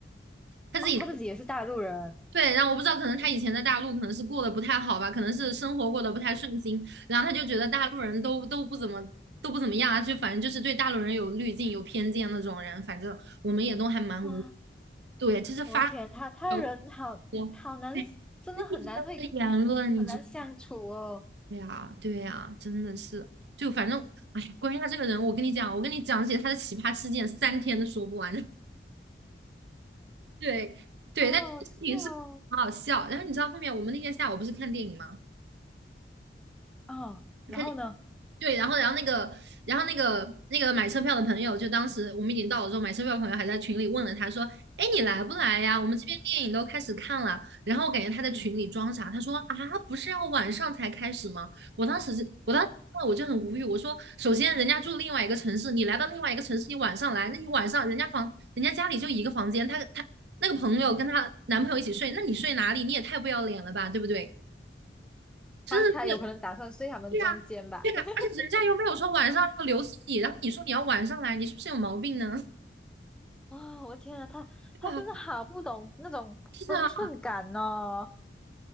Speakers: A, on the right; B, in the centre.
A: 他自己。
B: 哦，他自己也是大陆人，
A: 对，然后我不知道，可能他以前在大陆可能是过得不太好吧，可能是生活过得不太顺心，然后他就觉得大陆人都都不怎么都不怎么样啊，就反正就是对大陆人有滤镜、有偏见那种人，反正我们也都还蛮无，
B: 哇。
A: 对，就是发
B: 我天，他他人好好难，
A: 表过对
B: 真的很难会
A: 逆风的言论，你知道
B: 很难相处哦，
A: 呀，对呀，真的是，就反正，哎呀，关于他这个人，我跟你讲，我跟你讲起他的奇葩事件，三天都说不完。<laughs> 对，对，
B: 好好笑哦。
A: 但这个事情是很好笑。然后你知道后面我们那天下午不是看电影吗？
B: 哦，然后呢，
A: 看对，然后，然后那个，然后那个那个买车票的朋友，就当时我们已经到了之后，买车票的朋友还在群里问了他说：“哎，你来不来呀？我们这边电影都开始看了。”然后我感觉他在群里装傻，他说：“啊，不是要晚上才开始吗？”我当时是，我当时我就很无语，我说：“首先人家住另外一个城市，你来到另外一个城市，你晚上来，那你晚上人家房，人家家里就一个房间，他他那个朋友跟她男朋友一起睡，那你睡哪里？你也太不要脸了吧，对不对？真的是。”
B: 他他有可能打算睡他们中间吧？
A: 对呀，对呀，
B: <laughs>
A: 而且人家又没有说晚上要留宿你，然后你说你要晚上来，你是不是有毛病呢？<laughs>
B: 啊、我天啊，他他真的好不懂那种分寸感哦。
A: 对吧？是啊，